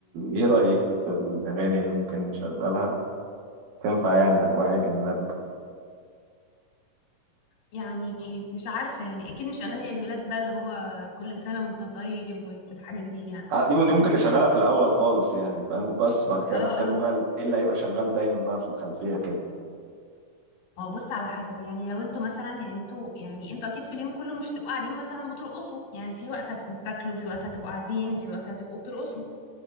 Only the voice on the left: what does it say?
يعني مش عارفة يعني اكيد مش اغاني عيد ميلاد بقى اللي هو كل سنة وانت طيب وال- والحاجات دي يعني
اكيد
اه اه
ما هو بص على حسب يعني لو انتوا مثلا يعني انتوا يعني انتوا اكيد في اليوم كله مش هتبقوا قاعدين مثلا بترقصوا يعني في وقت هتبقوا بتاكلوا في وقت هتبقوا قاعدين في وقت هتبقوا بترقصوا